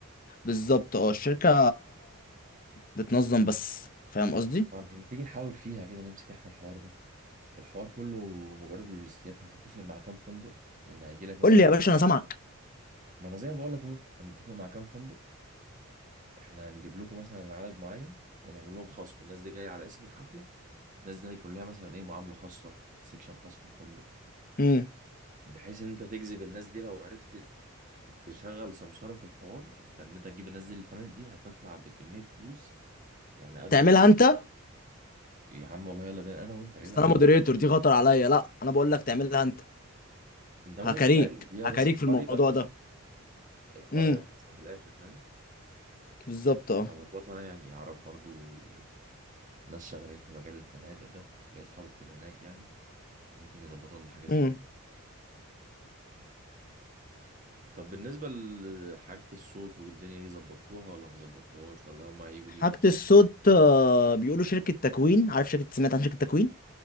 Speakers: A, on the left; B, on the right.
A: بالظبط اه الشركه بتنظم بس فاهم قصدي
B: فاحنا هنيجي نحاول فيها كده نمسك احنا الحوار ده الحوار كله مجرد اللوجستيات هتتفق مع كام فندق ان هيجي لك مثلا
A: قول لي يا باشا انا سامعك
B: ما انا زي ما بقول لك اهو هنتفق مع كام فندق احنا هنجيب لكم مثلا عدد معين ونعمل لهم خصم الناس دي جايه على اسم الحفله الناس دي هيكون لها مثلا ايه معاملة خاصة سيكشن خاص في الفندق
A: امم
B: بحيث ان انت تجذب الناس دي لو عرفت ت- تشغل سمسارة في الحوار انت ان انت تجيب الناس دي للفنادق دي هتطلع بكمية فلوس يعني قد
A: تعملها
B: ال...
A: انت
B: يا عم والله يلا بينا انا وانت ليه
A: بس
B: لا
A: انا مودريتور دي خطر عليا لا انا بقول لك تعملها انت
B: انت ممكن
A: هكاريك
B: تساعدني فيها
A: هكاريك
B: بس الحوار
A: في الموضوع
B: يبقى باسم
A: ده
B: الحوار
A: امم
B: يبقى باسم في الاخر فاهم
A: بالظبط
B: هظبطها انا يعني اعرف برضو ناس شغالين في مجال الفنادق ده ليا اصحاب كتير هناك يعني ممكن يظبطوا لنا حاجة زي
A: اه
B: كده طب بالنسبة لحاجة الصوت والدنيا دي ظبطوها ولا ما ظبطوهاش ولا هما هيجوا
A: حاجة
B: بيها
A: الصوت آه، بيقولوا شركة تكوين عارف شركة سمعت عن شركة تكوين